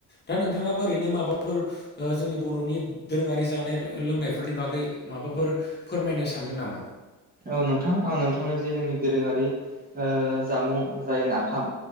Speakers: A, on the left; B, on the right.
A: दा नोंथाङा ओरैनो माबाफोर जोंनि बर'नि दोरोङारि जानाय लोंनायफोरनि बागै माबाफोर फोरमायनो सानदों नामा?
B: औ नोंथां आं नोंथांनो जे जोंनि दोरोङारि ओ जामुं जाय नाफाम